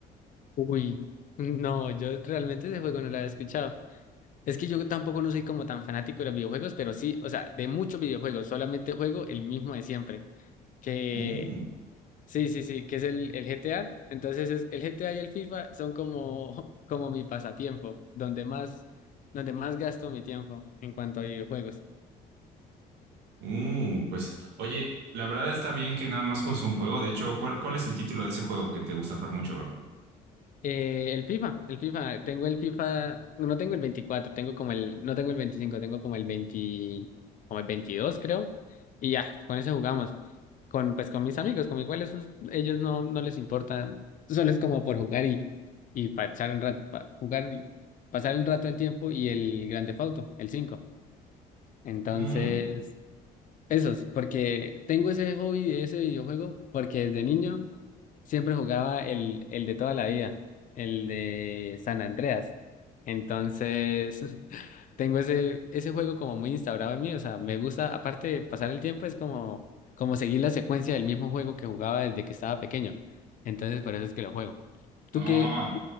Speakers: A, on the left; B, on the right.
A: Uy, no, yo realmente ese juego no lo había escuchado. Es que yo tampoco no soy como tan fanático de los videojuegos, pero sí, o sea, de muchos videojuegos, solamente juego el mismo de siempre. Que
B: Mm.
A: sí, sí, sí, que es el, el GTA. Entonces es, el GTA y el FIFA son como, <laughs> como mi pasatiempo, donde más, donde más gasto mi tiempo en cuanto a videojuegos.
B: Uh, pues, oye, la verdad está bien que nada más juegues un juego. De hecho, ¿cuál, cuál es el título de ese juego que te gusta jugar mucho, bro?
A: Eh, el FIFA, el FIFA, tengo el FIFA, no tengo el veinticuatro tengo como el, no tengo el veinticinco tengo como el 20, como el 22 creo, y ya, con ese jugamos, con, pues con mis amigos, como igual esos, ellos no, no les importa, <laughs> solo es como por jugar y, y pasar un rato, pa- jugar y pasar el rato del tiempo y el grande Theft Auto, el cinco entonces,
B: Mm.
A: esos, porque tengo ese hobby de ese videojuego, porque desde niño siempre jugaba el, el de toda la vida, el de San Andreas. Entonces, <laughs> tengo ese, ese juego como muy instaurado en mí. O sea, me gusta, aparte de pasar el tiempo, es como, como seguir la secuencia del mismo juego que jugaba desde que estaba pequeño. Entonces, por eso es que lo juego. ¿Tú
B: Ah.
A: qué,